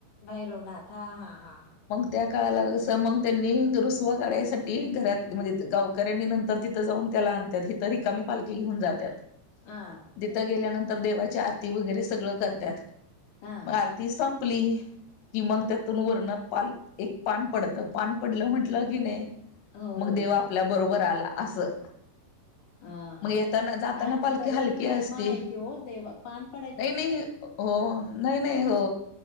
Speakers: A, on the left; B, on the left.
A: भैरवनांथ हां- हां -हां- हां
B: त्यां काळांला असं मंग त्यांनी रुसंवा काढण्यांसाठी घरांत म्हणजे गावकऱ्यांनी नंतर तिथन जाऊंन त्यांला आणतांत हहित रिकामी पालीखी घेऊन जातांत
A: हां
B: तिथं गेल्यानंतर देवाची आरती वगैर सगळं करतांत
A: हा
B: मंग आरती संपली कि मंग त्यांतून वरंन पानं एक पानं पडतं पानं पडलं म्हटलं की नाहीं
A: हो
B: मंग देवं आपल्यां बरोबर आंला असं
A: हा हा
B: मंग येतांना- जातांना
A: काय म-
B: पालखी
A: तरी
B: हलकी
A: पण महिमा
B: असते
A: आहे की हो देवां पानं पाड
B: नाहीं- नाहीं -हो हो नाहीं नाहीं हो